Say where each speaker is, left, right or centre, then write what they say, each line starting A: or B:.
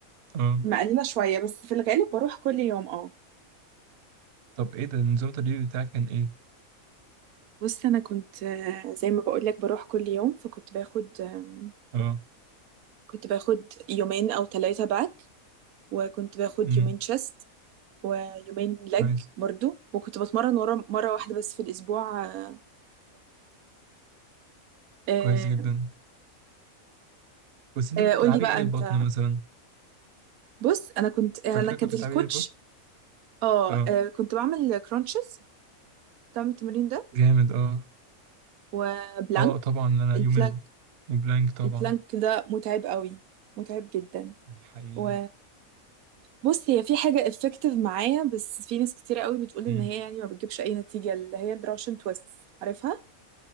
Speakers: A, on the right (about 55°); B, on the right (about 80°).
A: اه
B: مقللة شوية بس في الغالب بروح كل يوم اه
A: طب ايه ده نظام التدريب بتاعك كان ايه؟
B: بص انا كنت آه، زي ما بقولك بروح كل يوم فكنت باخد آم،
A: اه
B: كنت باخد يومين او ثلاثة باك وكنت باخد
A: امم
B: يومين تشيست ويومين لج
A: كويس
B: برضو وكنت بتمرن ورا مرة واحدة بس في الاسبوع آه، بطن
A: كويس جدا بس انت
B: آه،
A: كنت بتلعبي
B: قولي بقى
A: ايه للبطن
B: انت
A: مثلا؟
B: بص انا كنت آه،
A: فاكرة
B: انا كانت
A: كنت
B: الكوتش
A: بتلعبي ايه للبطن؟
B: اه
A: اه
B: آه، كنت بعمل كرانشز بتعمل التمرين ده
A: جامد اه
B: وبلانك
A: اه طبعا انا
B: البلانك
A: يوم ال... وبلانك طبعا
B: البلانك ده متعب قوي متعب جدا
A: حقيقي
B: و بص هي في حاجة effective معايا بس في ناس كتير قوي بتقول
A: امم
B: ان هي يعني ما بتجيبش اي نتيجة اللي هي الدراشن تويست عارفها